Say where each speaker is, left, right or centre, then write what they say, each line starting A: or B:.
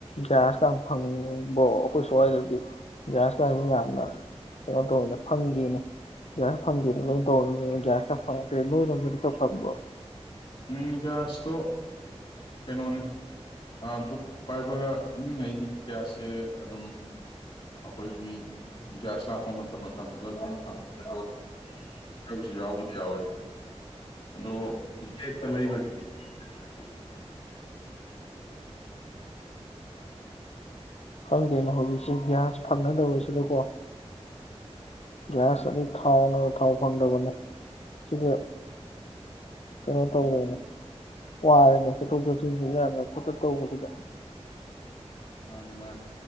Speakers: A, on the left; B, on the left.
A: ꯒ꯭ꯌꯥꯁꯀ ꯐꯪꯕꯣ ꯑꯩꯈꯣꯏ ꯁ꯭ꯋꯥꯏꯗꯗꯤ ꯒ꯭ꯌꯥꯁꯀꯁꯤꯦ ꯌꯥꯝꯅ ꯀꯩꯅꯣ ꯇꯧꯋꯦꯅ ꯐꯪꯗꯅ ꯒ꯭ꯌꯥꯁ ꯐꯪꯗꯦꯗꯥ ꯂꯣꯏꯅꯥ ꯇꯧꯔ꯭ꯃꯤ ꯒꯦꯗꯥ ꯀ ꯐꯪꯗꯔꯦ ꯂꯣꯏꯔꯣꯝ ꯗꯥꯗꯤ ꯀꯔꯥ ꯐꯪꯕꯔꯣ
B: ꯎꯝ ꯒ꯭ꯌꯥꯁꯇꯣ ꯀꯩꯅꯣꯅꯤ ꯕꯨꯛ ꯄꯥꯏꯕ ꯃꯤꯉꯩꯒꯤꯅꯤ ꯭ꯌꯥꯁꯁꯦ ꯑꯗꯨꯝ ꯑꯩꯈꯣꯏꯒꯤ ꯒ꯭ꯌꯥꯁ ꯂꯥꯛꯄ ꯃꯇꯝ ꯃꯇꯝꯒꯤꯗꯣ ꯑꯗꯨꯝ ꯐꯪꯉꯦ ꯑꯗꯣꯕꯁꯨ ꯌꯥꯎꯕꯗꯤ ꯌꯥꯎꯋꯦ ꯑꯗꯣ ꯕꯦꯛꯇ ꯂꯩꯕꯒꯤꯗꯤꯁꯤꯂꯤꯇꯤ
A: ꯈꯪꯗꯦꯅ ꯍꯧꯖꯤꯛꯁꯦ ꯒ꯭ꯌꯥꯁ ꯐꯪꯅꯗꯕꯁꯤꯗꯀꯣ ꯒ꯭ꯌꯥꯁ ꯑꯗꯨ ꯊꯥꯎꯅ ꯊꯥꯎ ꯐꯪꯗꯕꯅꯦ ꯁꯤꯗ ꯀꯩꯅꯣ ꯇꯧꯔꯦꯅꯦ ꯋꯥꯔꯦꯅꯦ ꯆꯠꯊꯣꯛ ꯆꯠꯁꯤꯟꯁꯤ ꯌꯥꯝꯅ ꯈꯣꯠꯇ ꯇꯧꯕꯁꯤꯗ
B: ꯃꯥꯅꯦ ꯃꯥꯅꯦ